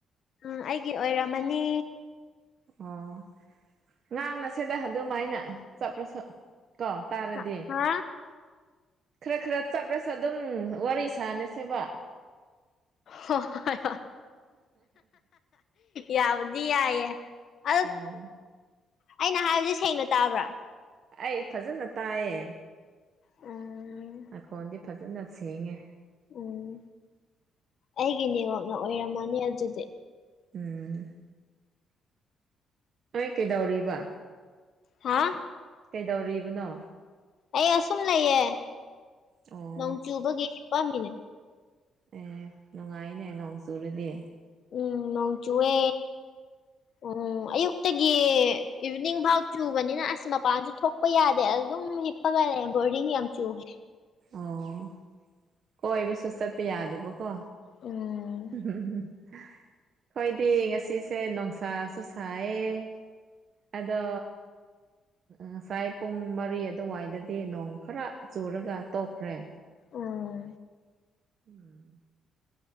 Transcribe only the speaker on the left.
ꯎꯝ ꯑꯩꯒꯤ ꯑꯣꯏꯔꯝꯃꯅꯤ
ꯍꯥ ꯍꯣ
ꯍꯣꯢ ꯌꯥꯕꯨꯗꯤ ꯌꯥꯢꯌꯦ ꯑꯗꯣ
ꯑꯩꯅ ꯍꯥꯏꯕꯁꯦ ꯁꯦꯡꯅ ꯇꯥꯕ꯭ꯔꯥ
ꯎꯝ
ꯎꯝ ꯑꯩꯒꯤ ꯅꯦꯋꯥꯛꯅ ꯑꯣꯏꯔꯝꯃꯅꯤ ꯑꯗꯨꯗꯤ
ꯍꯥ
ꯑꯩ ꯑꯁꯨꯝ ꯂꯩꯌꯦꯦ
ꯅꯣꯡ ꯆꯨꯕꯒꯤ ꯍꯤꯄꯝꯃꯤꯅꯦ
ꯎꯝ ꯅꯣꯡ ꯆꯨꯋꯦ ꯑꯣ ꯑꯌꯨꯛꯇꯒꯤ ꯏꯚꯤꯅꯤꯡ ꯐꯥꯎ ꯆꯨꯕꯅꯤꯅ ꯑꯁ ꯃꯄꯥꯟꯁꯨ ꯊꯣꯛ ꯍꯤꯞꯄ ꯌꯥꯗꯦ ꯑꯗꯨ ꯑꯗꯨꯝ ꯍꯤꯞꯄꯒꯂꯦ ꯕꯣꯔꯗꯤꯡ ꯌꯥꯝ ꯆꯨꯦ
ꯎꯝ
ꯎꯝ